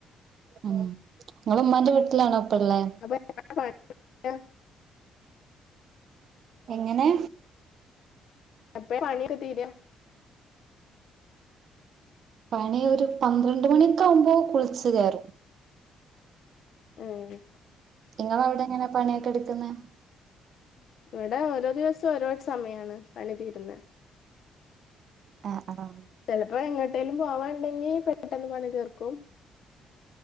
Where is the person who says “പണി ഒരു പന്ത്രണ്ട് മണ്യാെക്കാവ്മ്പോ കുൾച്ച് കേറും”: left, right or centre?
Right